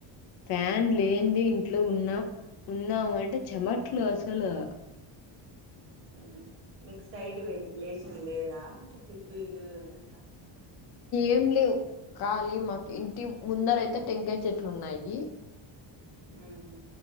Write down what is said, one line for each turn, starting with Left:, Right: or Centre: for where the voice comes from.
Left: ఫ్యాన్ లేంది ఇంట్ ఇంట్లో ఉన్నా ఉన్నాము, అంటే చెమట్లు అసలు.
Right: హు మీకు సైడ్ వెంటిలేషన్ లేదా, చుట్టూ ఇల్లులు ఉన్నాయా.
Left: ఎమ్ లేవు కాలీ మాకు ఇంటి ముందర, అయితే టెంకాయ చెట్లు ఉన్నాయి.
Right: ఉమ్మ్